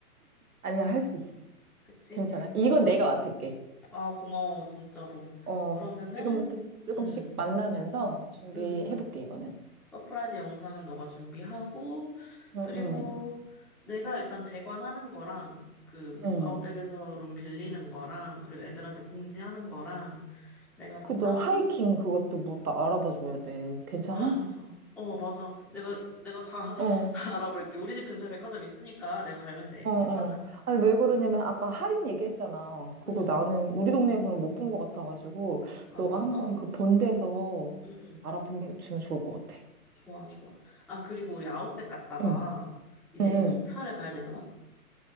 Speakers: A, on the right; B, in the centre.
A: 아니야, 할 수 있어.
B: 그치?
A: 괜찮아. 이건 내가 맡을게.
B: 아, 고마워, 진짜로.
A: 어,
B: 그러면은,
A: 지금부터 조금씩
B: 응,
A: 만나면서 준비해볼게,
B: 응.
A: 이거는.
B: 서프라이즈 영상은 너가 준비하고,
A: 응,
B: 그리고
A: 응,
B: 내가 일단 대관하는 거랑, 그,
A: 응.
B: 아웃백에서 룸 빌리는 거랑, 그리고 애들한테 공지하는 거랑, 내가 다
A: 그,
B: 짜고,
A: 너 하이킹 그것도 뭐 봐- 알아봐 줘야 돼. 괜찮아?
B: 아, 맞아. 어, 맞아. 내가, 내가 다,
A: 어,
B: <laughs> 다 알아볼게. 우리 집 근처에 백화점 있으니까 내가 가면 돼.
A: 어, 어.
B: 괜찮아.
A: 아니, 왜 그러냐면, 아까 할인 얘기했잖아. 그거
B: 음.
A: 나는 우리 동네에서는 못 본 것 같아가지고,
B: 아,
A: 너가
B: 그랬어?
A: 한번 그 본데서
B: 음.
A: 알아보면 좋을 것 같아.
B: 좋아, 좋아. 아, 그리고 우리 아웃백 갔다가,
A: 응,
B: 이제
A: 응,
B: 이차를 가야 되잖아?